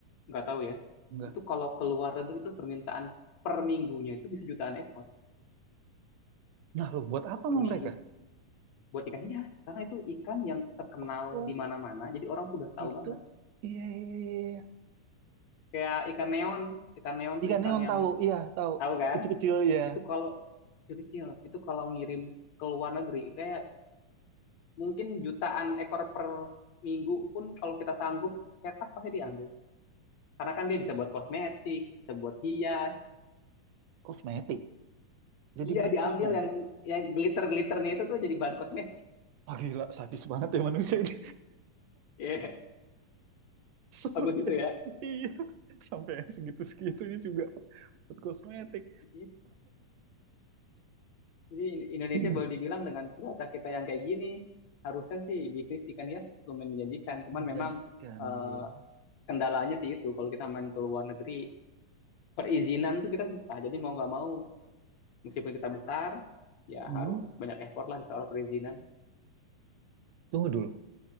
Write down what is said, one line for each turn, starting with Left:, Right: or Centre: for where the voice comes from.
Left: nggak tahu ya.
Right: nggak.
Left: Itu kalau keluar negeri itu permintaan per minggunya itu bisa jutaan ekor
Right: Nah, lu buat apa sama
Left: per minggu
Right: mereka?
Left: buat ikan iya karena itu ikan yang terkenal
Right: Oh,
Left: di mana-mana jadi orang tuh udah tahu
Right: itu.
Left: banget
Right: Iya, iya, iya. iya.
Left: kayak ikan neon ikan neon tuh
Right: Ikan
Left: ikan
Right: neon
Left: yang
Right: tahu, iya tahu.
Left: tahu kan
Right: Kecil-kecil ya,
Left: itu kalau kecil-kecil itu kalau ngirim ke luar negeri itu ya mungkin jutaan ekor per minggu pun kalau kita sanggup cetak pasti diambil. Karena kan dia bisa buat kosmetik, bisa buat hias.
Right: kosmetik. Jadi
Left: Iya
Right: bahan
Left: diambil
Right: kosmetik.
Left: yang yang glitter-glitternya itu tuh jadi bahan kosmetik. <laughs>
Right: Ah, gila, sadis banget ya manusia ini.
Left: Iya,
Right: <laughs> Serem
Left: Bagus
Right: ya.
Left: itu ya.
Right: Iya, sampai yang segitu-segitunya juga buat kosmetik.
Left: Gitu. Jadi Indonesia
Right: <clears throat>
Left: boleh dibilang dengan cuaca kita yang kayak gini, harusnya sih bisnis ikan hias lumayan menjanjikan. Cuman
Right: Menjanjikan,
Left: memang eh,
Right: iya.
Left: kendalanya sih itu kalau kita main ke luar negeri perizinan tuh kita susah. Jadi mau nggak mau meskipun kita besar ya
Right: Hmm,
Left: harus banyak effort lah di soal perizinan.
Right: Tunggu dulu.